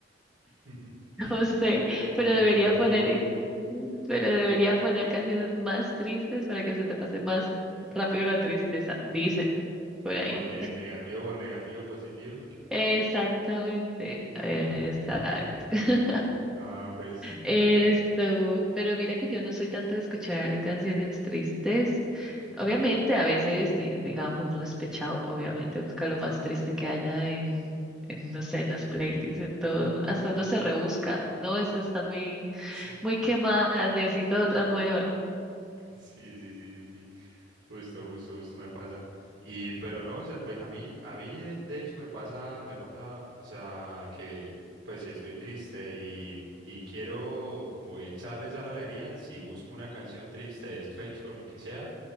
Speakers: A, on the right (about 80°); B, in the centre.
A: <laughs>
B: <laughs> no sé,
A: Como
B: pero
A: que
B: debería
A: negativo,
B: poner, pero debería poner canciones más tristes para que se te pase más rápido la tristeza, dicen por ahí.
A: como que negativo por negativo, positivo.
B: Exactamente, eh, exacto. <laughs>
A: Ah, pues.
B: Esto, pero mira que yo no soy tanto de escuchar canciones tristes.
A: Ujú.
B: Obviamente, a veces, di- digamos, no despechado, obviamente busca lo más triste que haya en, en, no sé, en las playlists, en todo. Hasta uno se rebusca, ¿no? Estas están muy,
A: Sí, <laughs>
B: muy quemadas, necesito otra nueva.
A: sí, sí, sí, sí. sí. Justo, justo, justo me pasa. Y, pero no, o sea, pues a mí, a mí de, de hecho me pasa, me pasa, o sea, que pues si estoy triste y, y quiero como echarle sal a la herida, si busco una canción triste, de despecho, o lo que sea,